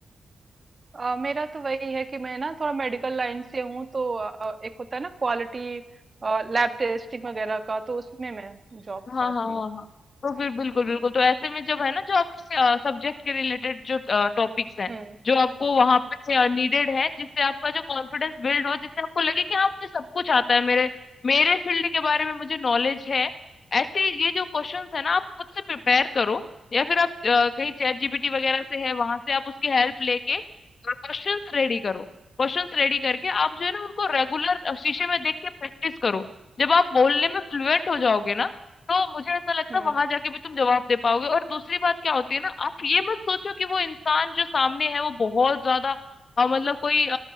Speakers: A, on the right; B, on the left.
A: अ, मेरा तो वही है कि मैं ना थोड़ा मेडिकल लाइन से हूँ तो अ, एक होता है ना क्वालिटी लैब टेस्टिंग वगैरह का तो उसमें मैं जॉब
B: हाँ
A: चाहती
B: हाँ हाँ
A: हूँ
B: हाँ तो फिर बिल्कुल बिल्कुल
A: हम्म
B: तो ऐसे में जब है ना जो आपके सब्जेक्ट के रिलेटेड जो टॉपिक्स हैं
A: हम्म
B: जो आपको वहां पे नीडेड है जिससे आपका जो कॉन्फिडेंस बिल्ड हो जिससे आपको लगे कि हाँ मुझे सब कुछ आता है मेरे मेरे फील्ड के बारे में मुझे नॉलेज है ऐसे ये जो क्वेश्चंस है ना आप खुद से प्रिपेयर करो या फिर आप अ, कहीं चैट जीपीटी वगैरह से है वहां से आप उसकी हेल्प लेके क्वेश्चंस रेडी करो क्वेश्चंस रेडी करके आप जो है ना उनको रेगुलर शीशे में देख के प्रैक्टिस करो जब आप बोलने में फ्लुएंट हो जाओगे ना तो मुझे ऐसा लगता
A: हम्म
B: है वहां जाके भी तुम जवाब दे पाओगे और दूसरी बात क्या होती है ना आप ये मत सोचो कि वो इंसान जो सामने है वो बहुत ज्यादा अ, मतलब कोई